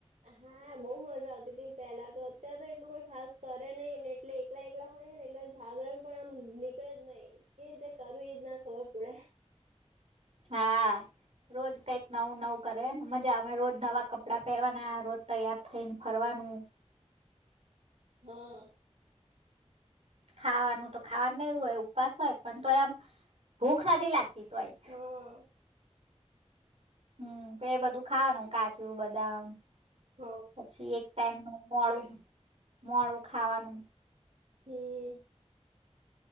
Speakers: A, on the right; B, on the right.
A: હા બઉ મજા આવતી હતી પેલા તો અત્ય્યારે તો એટલું કોઈ ખાસ કરે નહિને એટલે એકલા એકલા ને એટલે જાગરણ પણ આમ નીકળે જ નહી કે રીતે કરવી એ જ ના ખબર પડે
B: હા રોજ કઈક નવું નવું કરેને મજા અમે રોજ નવા કપડાં પહેરવાના રોજ તૈયાર થઈને ફરવાનું <inaudible>
A: હા
B: ખાવાનું તો ખાવાનું એવું હોય ઉપવાસ હોય પણ તો એમ ભૂખ નથી લાગતી તો આઈ
A: હા
B: હમ પ બધું ખાવાનું કાજુ બદામ
A: હવ
B: પછી એક ટાઈમનું મોું મોું ખાવાનું
A: હમ